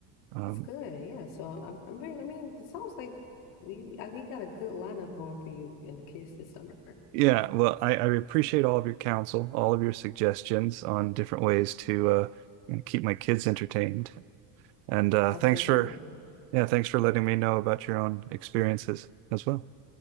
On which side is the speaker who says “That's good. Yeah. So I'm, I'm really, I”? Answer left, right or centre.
Left